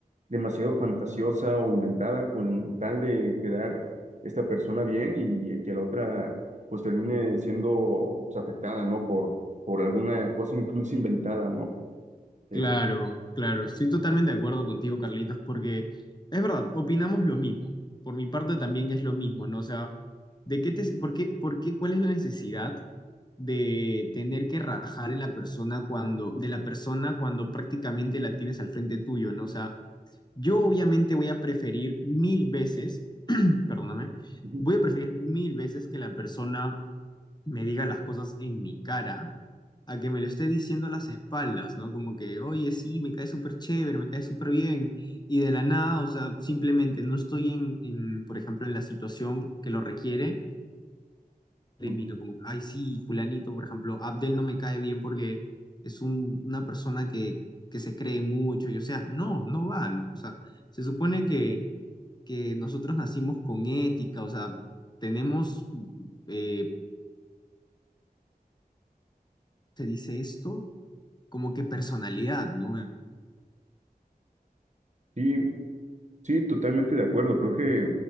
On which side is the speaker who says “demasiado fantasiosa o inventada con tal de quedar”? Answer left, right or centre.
Right